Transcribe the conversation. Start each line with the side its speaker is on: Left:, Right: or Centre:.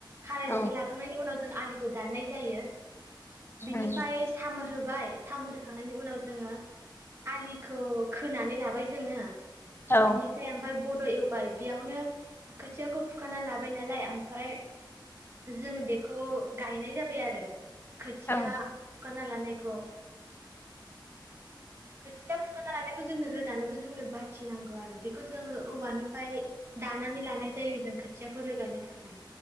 Right: खारायनानै
Left: औ
Right: ला उनाव जों आलिखौ दाननाय जायो बिनिफ्राय
Left: उम
Right: सामोन होबाय सामोरोखांनायनि उनाव जोङो आलिखौ खोनानै लाबाय जोङो
Left: औ
Right: बिनिसाय ओमफ्राय बड' एवबाय बेयावनो खोथियाखौ फुखाना लाबाय नालाय ओमफ्राय जोङो बेखौ गायनाय जाबाय आरो खोथिया
Left: औ
Right: फुखाना लानाय खौ खोथिया फुखाना लानायखौ जोंनो रोगानोबो जोंनो बाथिनांगौ आरो बेखौ जोङो औवानिफ्राय दानानै लानाय जायो जों खोथियाखौ रोगानो थाखाय